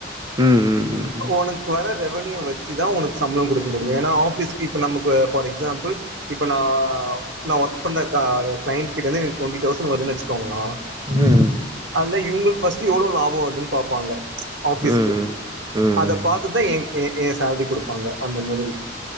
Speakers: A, on the right; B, on the right.
A: ம் ம் ம்
B: உனக்கு வர ரெவன்யூ வச்சு தா உனக்கு சம்பளோ குடுக்க முடியு ஏனா ஆஃபிஸ்க்கு இப்ப நமக்கு ஃபார் எக்ஸாம்புள் இப்ப நா நா ஒர்க் பண்ற க கிளைண்ட் கிட்டந்து எனக்கு டுவெண்டி தௌசண்ட் வருதுன் வச்சிக்கோங்ளா
A: ம்
B: அதுல இவுங்குளுக்கு ஃபஸ்ட் எவ்ளோ லாபோ வருதுனு பாப்பாங்க ஆஃபீஸ்க்கு
A: ம் ம்
B: அத பாத்துதா ஏ ஏ சேல்ரி குடுப்பாங்க அந்த மாதிரி